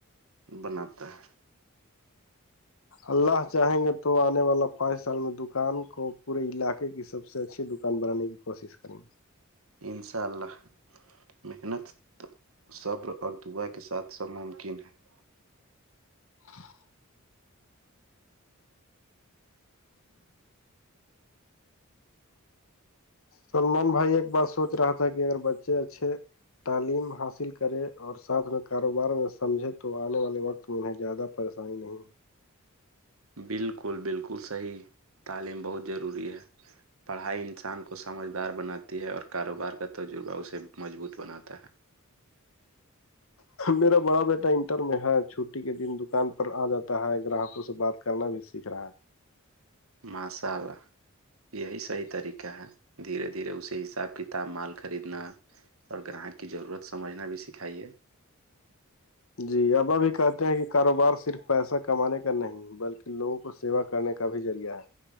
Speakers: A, on the right (about 75°); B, on the left (about 70°).
A: بناتا ہے
B: اللہ چاہیں گے تو آنے والا پانچ سال میں دکان کو پورے علاقے کی سب سے اچھی دکان دکان بنانے کی کوشش کریں گے
A: انشاء اللہ محنت صبر اور دعا کے ساتھ سب ممکن ہے <unintelligible>
B: <inaudible> سلمان بھائی ایک بار سوچ رہا تھا کہ اگر بچے اچھے تعلیم حاصل کرے اور ساتھ میں کاروبار میں سمجھے تو آنے والے وقت تو انہیں زیادہ پریشانی نہیں
A: بالکل بالکل صحیح تعلیم بہت ضروری ہے پڑھائی انسان کو سمجھدار بناتی ہے اور کاروبار کا تجربہ اسے مضبوط بناتا ہے
B: میرا بڑا بیٹا انٹر میں ہے چھٹی کے دن دکان پر آ جاتا ہے گراہکوں سے بات کرنا بھی سیکھ رہا ہے
A: مسء ال <unintelligible> یہی صحیح طریقہ ہے دھیرے دھیرے اسے حساب کتاب مال خریدنا اور گراہک کی ضرورت سمجھنا بھی سکھائیے
B: جی اب اب بھی کہتے ہیں کہ کاروبار صرف پیسہ کمانے کا نہیں بلکہ لوگوں کو سیوا کرنے کا بھی ذریعہ ہے